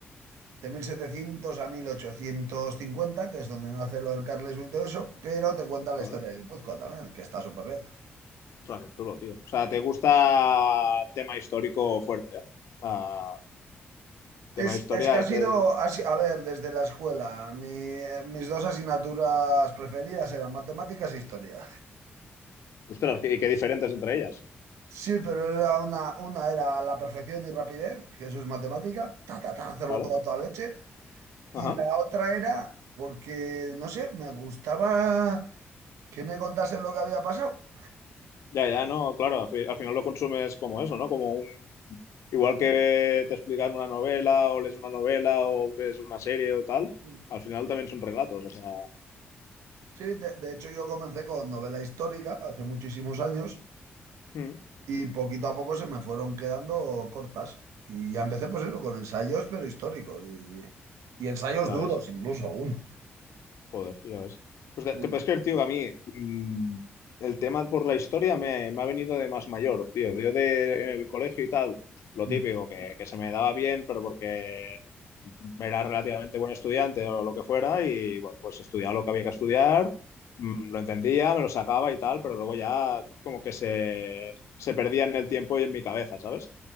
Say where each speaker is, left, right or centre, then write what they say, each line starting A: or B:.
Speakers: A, on the right; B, on the left.
A: de 1700 a mil ochocientos cincuenta que es donde nace lo del Carlismo y todo eso, pero te cuenta la
B: vale.
A: historia de Guipúzcoa también, que está súper bien.
B: Ostras, qué chulo, tío. O sea, te gusta tema histórico fuerte, ¿eh? Ah, tema
A: Es,
B: historia
A: es que ha
B: es
A: sido,
B: el...
A: ha si- a ver, desde la escuela, mi- mis dos asignaturas preferidas eran matemáticas e historia.
B: Ostras, y qué diferentes entre ellas,
A: Sí, pero era una, una era la perfección y rapidez, que eso es matemática, ta, ta, ta, hacerlo
B: ¿vale?
A: todo a toda leche.
B: Ajá.
A: Y la otra era porque, no sé, me gustaba que me contasen lo que había pasado.
B: Ya, ya, no, claro, al, fi- al final lo consumes como eso, ¿no? Como un... Igual que te explican una novela o lees una novela o ves una serie o tal,
A: Sí.
B: al final también son relatos, o sea,
A: Sí, de, de hecho yo comencé con novela histórica hace muchísimos años
B: mm,
A: y poquito a poco se me fueron quedando cortas. Y ya empecé pues eso, con ensayos, pero históricos y, y ensayos
B: ya
A: duros,
B: ves.
A: incluso algunos.
B: Joder, ya ves. Pues te,
A: Sí,
B: te puedes creer, tío, que a mí mm, el tema por la historia me, me ha venido de más mayor, tío. Yo de, en el colegio y tal, lo
A: <laughs> sí,
B: típico, que, que se me daba bien, pero porque era relativamente buen estudiante o lo que fuera, y bueno, pues estudiaba lo que había que estudiar, mm, lo entendía, me lo sacaba y tal, pero luego ya como que se, se perdía en el tiempo y en mi cabeza, ¿sabes?